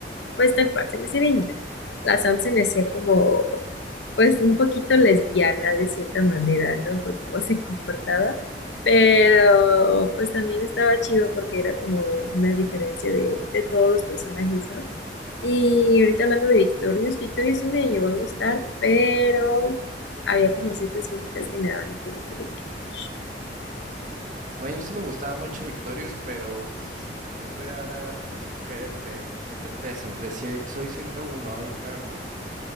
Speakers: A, on the left; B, on the right.
A: pues tal cual, se me hacía bien ñoño. La Sam se me hacía como pues un poquito lesbiana de cierta manera, ¿no? Por cómo se comportaba, pero pues también estaba chido porque era como una diferencia de, de todos los personajes, ¿no? Y ahorita hablando de Victorious, Victorious sí me llegó a gustar, pero había como ciertas cositas que me daban un poquito de cringe.
B: A mí sí me gustaba mucho Victorious, pero, o sea, si yo pudiera escoger entre, entre tres, entre si- Soy 101, iCarly,